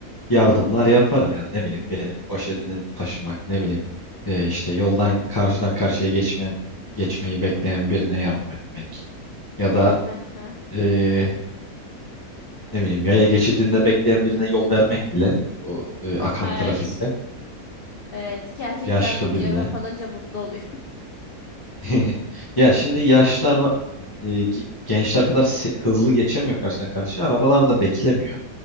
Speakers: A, on the left (about 25°); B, on the left (about 80°).
A: yardımlar yaparım yani ne bileyim birinin poşetini taşımak ne bileyim e, işte yoldan karşıdan karşıya geçme, geçmeyi bekleyen birine yardım etmek ya da
B: Hı hı.
A: e, ne bileyim yaya geçidinde bekleyen birine yol vermek bile o e, akan
B: Evet.
A: trafikte
B: Evet ki erkekler
A: yaşlı
B: bu
A: birine.
B: cevap alınca mutlu oluyor.
A: <laughs> Ya şimdi yaşlılar va- e, ge- gençler kadar se- hızlı geçemiyor karşıdan karşıya arabalar da beklemiyor.